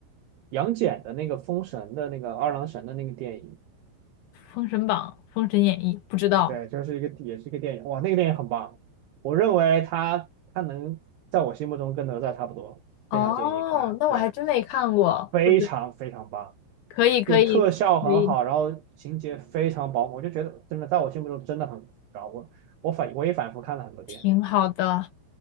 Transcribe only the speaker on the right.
杨戬的那个封神的那个二郎神的那个电影，
对，就是一个也是一个电影，哇，那个电影很棒，我认为他他能在我心目中跟哪吒差不多，
非常建议看，
对，非常非常棒，
就特效很好，然后情节非常饱满，我就觉得真的在我心目中真的很高，我我反我也反复看了很多遍，